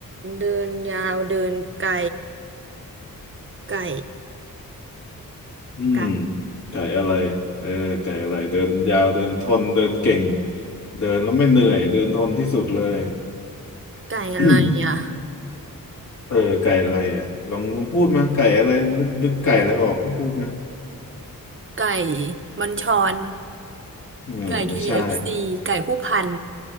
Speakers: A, on the right; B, on the left.
A: เดินยาวเดินไกลไก่
B: อืม
A: ไก่
B: ไก่อะไรเออไก่อะไรเดินยาวเดินทนเดินเก่งเดินแล้วไม่เหนื่อยเดินทนที่สุดเลย
A: ไก่อะไรอ่ะ
B: <coughs> <clears throat> เออไก่อะไรอ่ะลองลองพูดมาไก่อะไรนึกนึกไก่อะไรออกก็พูดนะ
A: ไก่บัญชร
B: อืมไม่ใช่
A: ไก่เคเอฟ f ีไก่ผู้พัน